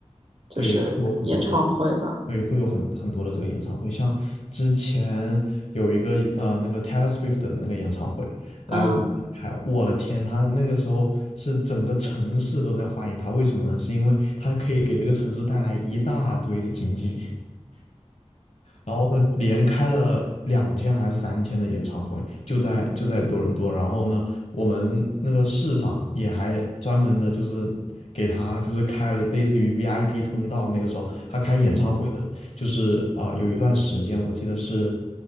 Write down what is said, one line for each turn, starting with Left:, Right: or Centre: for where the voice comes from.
Right: 就是演唱会吧？
Left: 对，会有很多的，对，会有很很多的这个演唱会，像之前有一个呃那个 Taylor Swift 的那个演唱会来我们这里开我的天，
Right: 嗯，
Left: 他那个时候是整个城市都在欢迎他，为什么呢？是因为他可以给这个城市带来一大堆的经济。然后呢，连开了两天还是三天的演唱会，就在就在多伦多。然后呢，我们那个市长也还专门的，就是给他就是开了类似于 VIP 通道。那个时候他开演唱会的，
Right: 嗯
Left: 就是啊、有一段时间我记得是